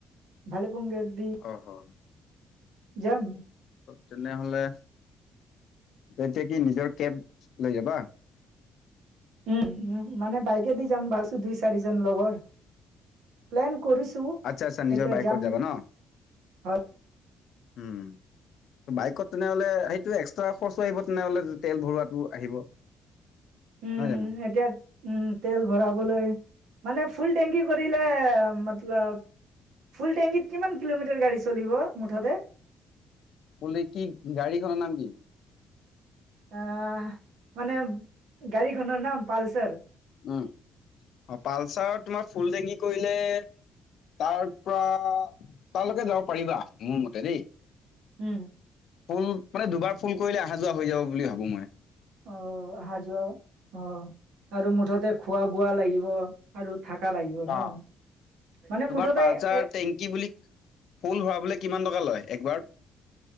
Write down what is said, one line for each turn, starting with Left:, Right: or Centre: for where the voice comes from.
Right: ভালেপুংকেদি।
Left: অহহ'।
Right: যাম।
Left: তেনেহলে তেতিয়া কি নিজৰ কেপ লৈ যাবা।
Right: উম, মানে বাইকে দি যাম ভাবিছোঁ দুই চাৰিজন লগৰ। প্লেন কৰিছো!
Left: আচ্ছ আচ্ছা নিজৰ
Right: এতিয়া
Left: বাইকত
Right: যাম
Left: যাব ন?
Right: হয়
Left: উম। বাইকত তেনেহলে সেইটো এক্সট্ৰা খৰচা আহিব তেনেহলে, তেল ভৰোৱাটো আহিব। <inaudible>
Right: উম
Left: জানো?
Right: এতিয়া উম, তেল ভৰাবলৈ মানে ফুল টেংকি কৰিলে মতলব ফুল টেংকিত কিমান কিলোমিটাৰ গাড়ী চলিব মুঠতে?
Left: ফুলটেংকি, গাড়ীখনৰ নাম কি?
Right: অহ, মানে গাড়ীখনৰ নাম পালচাৰ।
Left: উম, অ' পালচাৰ তোমাৰ ফুল টেংকি কৰিলে তাৰপৰা তালৈকে যাব পাৰিবা মোৰ মতে দেই।
Right: উম।
Left: ফুল, মানে দুবাৰ ফুল কৰিলে অহা যোৱা হৈ যাব বুলি ভাবোঁ মই।
Right: অহ, আহা যোৱা অহ আৰু মুঠতে খোৱা বোৱা লাগিব। আৰু থাকা লাগিব ন'
Left: অ'।
Right: মানে
Left: তোমাৰ
Right: মুঠতে
Left: পালচাৰ
Right: এ
Left: টেংকি বুলি ফুল ভৰাবলৈ কিমান টকা লয় একবাৰত?